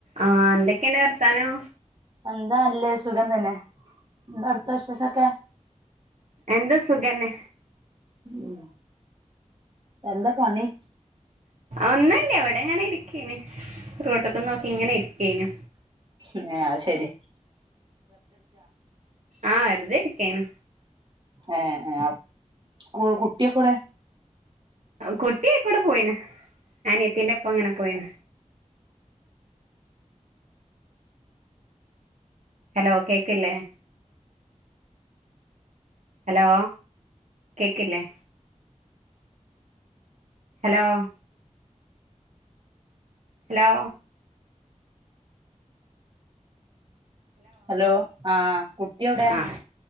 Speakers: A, on the right; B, on the right.
A: ആഹ് എന്തൊക്കെണ്ട് വർത്താനം
B: എന്താ ല്ലത് സുഖം തന്നെ എന്താ അവ്ട്ത്തെ വിശേഷൊക്കെ
A: എന്ത് സുഗെന്നെ
B: ഉം എന്താ പണി
A: ഒന്നുല്ല വടെങ്ങനെ ഇരിക്കേനി റോട്ട്ക്കും നോക്കിങ്ങനെ ഇരിക്കേനു
B: ഉം ഏ അത് ശെരി
A: ആഹ് വെർതെരിക്കേയ്ന്
B: ഏഹ് ഏഹ് അപ് സ്കൂൾ കുട്ട്യോക്കെവടെ
A: കുട്ടിയയ്ക്കൂടെ പോയിണ് അനിയത്തിന്റെപ്പങ്ങനെ പോയിണ് ഹലോ കേക്ക്ല്ലേ ഹലോ കേക്ക്ല്ലേ ഹലോ ഹലോ
B: ഹലോ ആ കുട്ട്യേവടെ
A: ആഹ്